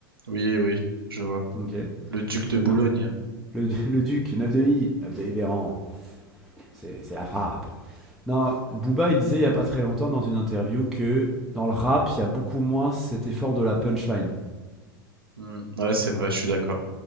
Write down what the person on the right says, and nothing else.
Oui, oui, je vois.
Le Duc
de Boulogne.
Hmm. Ouais, c'est vrai, je suis d'accord.